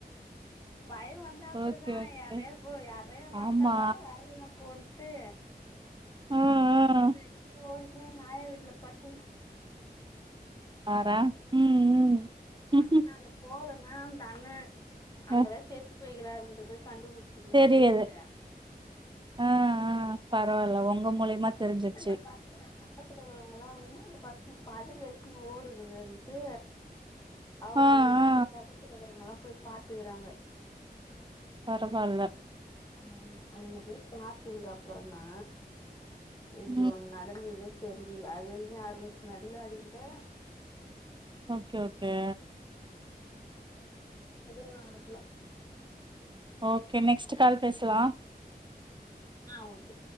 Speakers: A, on the left; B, on the right.
A: பயொ வந்தா அப்புடிதா
B: ஓகே ஓகே
A: யாரைய போ யாரையோ வந்தா
B: ஆமா
A: வா வரலனா போன் ட்டு
B: ம்
A: உழுந்து
B: ம்
A: அட்ச்சி ஓடி போய் எங்க ஆயா வீட்ல படுத்துக்ன
B: பாரே ம்
A: ஆனா
B: ம்
A: நாங்க போல னா அந்த அண்ண அங்கதா
B: அ
A: செத்து போய்க்கிறாருன்றது கண்டுப்புடிச்சிருக்கவு
B: தெரியுது
A: முடியாது
B: ஆ ஆ பரவால்ல
A: அப்பறமா
B: உங்க
A: போலீஸ்கார
B: மூலியமா தெரிஞ்சிருச்சு
A: என்ன இந்த பசங்க பக்கத்துல இருக்றவங்கல்லா என்ன இந்த பச ங்க பதரி அடிச்சிட்டு ஓடுதுங்கன்ட்டு அவுங்க
B: ஆ
A: அந்த வீட்டு
B: ஆ
A: பக்கத்துலருக்குறவங்கல்லா போய் பாத்துருக்காங்க
B: பரவால்ல
A: ஆமா அங்க போய் பாத்ததுக்கப்பறந்தா இப்டி
B: ம்
A: ஒண்ணு நடந்துதுன்னே தெரிஞ்சிது அது வரைக்கு யாருக்கு ஸ்மெல்லு அடிக்கில
B: ஓகே ஓகே
A: எதுவு அடிக்கில
B: ஓகே நெக்ஸ்ட் கால் பேசலா
A: ஆ ஓகே